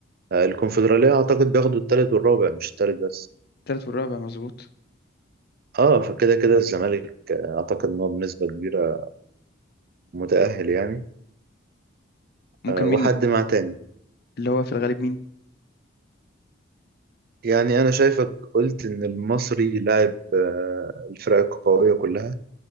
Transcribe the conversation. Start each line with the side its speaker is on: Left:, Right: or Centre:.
Right: آه، الكونفدرالية أعتقد بياخدوا التالت والرابع مش التالت بس
Left: التالت والرابع مظبوط
Right: اه فكده كده الزمالك آه، أعتقد إن هو بنسبة كبيرة متأهل يعني
Left: ممكن
Right: آه،
Left: مين
Right: وحد مع تاني
Left: اللي هو في الغالب مين
Right: يعني أنا شايفك قلت إن المصري لاعب آه، الفرق القوية كلها